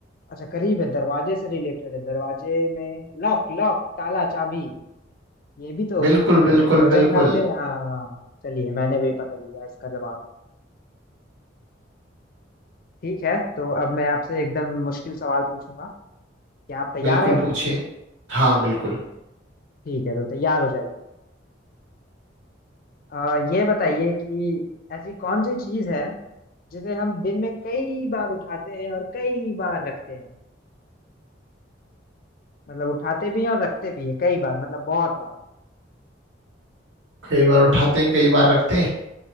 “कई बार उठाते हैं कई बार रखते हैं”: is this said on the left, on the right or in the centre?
Right